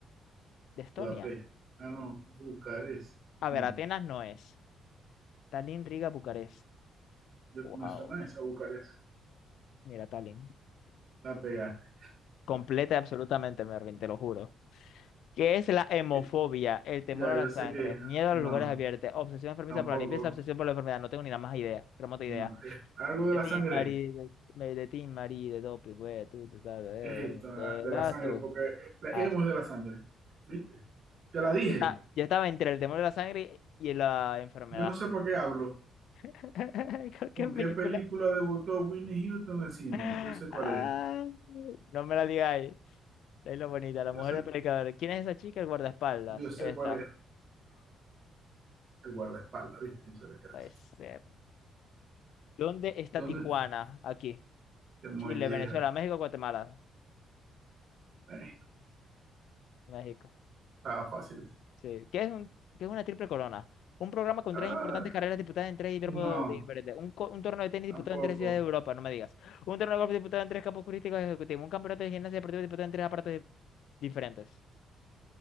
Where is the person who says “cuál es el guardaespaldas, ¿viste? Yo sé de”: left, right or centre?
Right